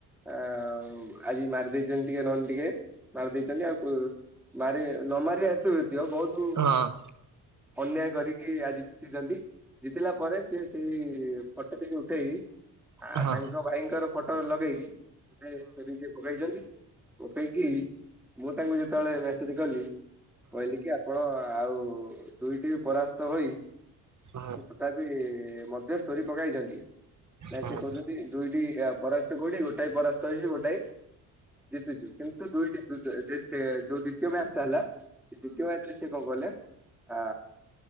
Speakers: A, in the centre; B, on the right.
A: ଆ ଆଜି ମାରିଦେଇ ଯେମ ଟିକେ ନହେଲେ ଟିକେ ମାରି ଦେଇଛନ୍ତି ଆଉ ମାରି ନ ମାରିବା ଏତୁ ଏ ଦିବ ବହୁତ
B: ହଁ
A: ଅନ୍ୟାୟ କରିକି ଆଜି ଜିତିଛନ୍ତି, ଜିତିଲା ପରେ ସିଏ ସେଇ ଫଟୋ ବି ଉଠେଇ ଆ
B: ହଁ
A: ତାଙ୍କ
B: ହଁ
A: ଭାଇଙ୍କର ଫଟୋ ଲଗେଇ ଗୋଟେ କରି ପକେଇଛନ୍ତି, ପକେଇକି ମୁଁ ତାଙ୍କୁ ଯେତେବେଳେ ମେସେଜ କଲି କହିଲି କି ଆପଣ ଆଉ ଦୁଇଟି ବି ପରାସ୍ତ ହୋଇ
B: ହଁ ହଁ ହଁ
A: ତଥାପି ମଧ୍ୟ ଷ୍ଟୋରି ପକାଇଛନ୍ତି, ନା
B: ହଁ
A: ସେ କହୁଛନ୍ତି ଦୁଇଟି ପରା କୋଉଠି ଗୋଟାଏ ପରାସ୍ତ ହେଇଛି ଗୋଟଏ। ଜିତୁଛୁ କିନ୍ତୁ ଦୁଇଟି ସେ ଯୋଉ ଦ୍ୱିତୀୟ ମ୍ୟାଚ ଟା ହେଲା ଦ୍ଵିତୀୟ ମ୍ୟାଚରେ ସେ କଣ କଲେ ଆ